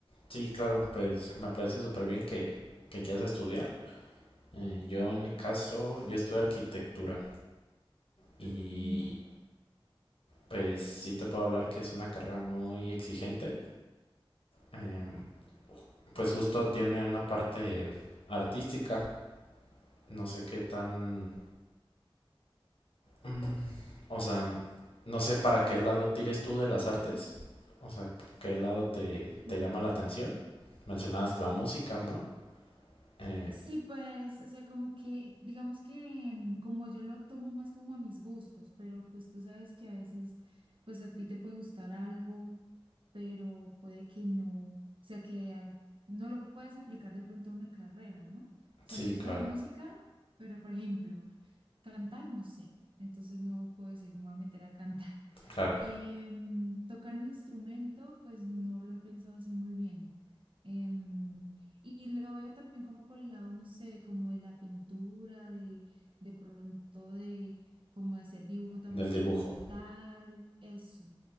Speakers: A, on the left; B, on the right.
A: sí, claro, pues me parece súper bien que, que quieras estudiar. Eh, yo en mi caso, yo estudio arquitectura y
B: Ay, qué genial.
A: pues sí te puedo hablar que es una carrera muy exigente. Eh, pues justo tiene una parte artística, no sé qué tan... mm, o sea, no sé para qué lado tires tú de las artes, o sea, qué lado te,
B: Sí.
A: te llama la atención. Mencionabas la música, ¿no? Eh,
B: Sí, pues, o sea, como que, digamos que mm, como yo lo tomo más como a mis gustos, pero pues tú sabes que a veces, pues a ti te puede gustar algo, pero puede que no, o sea, que al- no lo puedes aplicar de pronto a una carrera, ¿no? O sea,
A: sí,
B: me gusta
A: claro,
B: la música, pero por ejemplo, Cantar, no sé. Entonces no puedo decir, me voy a meter a cantar. <laughs>
A: claro,
B: Em, tocar un instrumento, pues no lo he pensado así muy bien. Em, y lo veo también como por el lado, no sé, como de la pintura, de, de pronto de como de hacer dibujo también
A: del dibujo.
B: así digital, eso. O